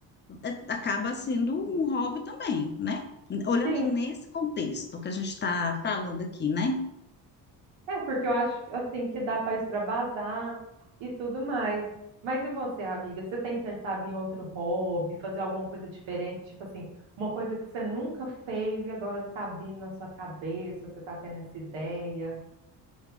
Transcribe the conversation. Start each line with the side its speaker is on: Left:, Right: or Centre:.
Left: é, acaba sendo um hobby também, né? Olhando
Right: Sim,
Left: nesse contexto que a gente está falando aqui, né?
Right: É, porque eu acho assim que dá para extravasar e tudo mais. Mas e você, amiga? Você tem pensado em outro hobby, fazer alguma coisa diferente? Tipo assim, uma coisa que você nunca fez e agora tá vindo na sua cabeça, você tá tendo essa ideia.